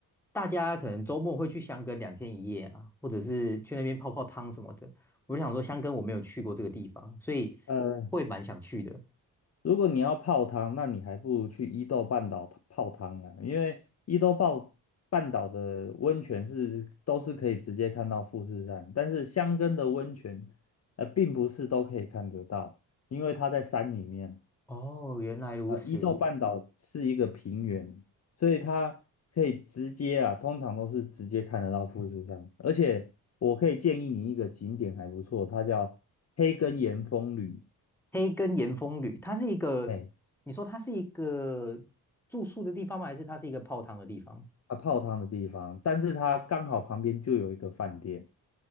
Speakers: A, in the centre; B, on the left.
A: 大家可能周末会去香根两天一夜啊，或者是去那边泡泡汤什么的。我就想说，香根我没有去过这个地方，所以
B: 呃。
A: 会蛮想去的。
B: 如果你要泡汤，那你还不如去伊豆半岛泡汤啊，因为伊豆半半岛的温泉是都是可以直接看到富士山，但是箱根的温泉，呃，并不是都可以看得到，因为它在山里面。
A: 哦，原来如此。
B: 呃，伊豆半岛是一个平原，所以它可以直接啊，通常都是直接看得到富士山。而且我可以建议你一个景点还不错，它叫黑根岩风旅。
A: 黑根岩风旅，它是一个，
B: 哎
A: 你说它是一个住宿的地方吗？还是它是一个泡汤的地方？
B: 啊泡汤的地方，但是它刚好旁边就有一个饭店，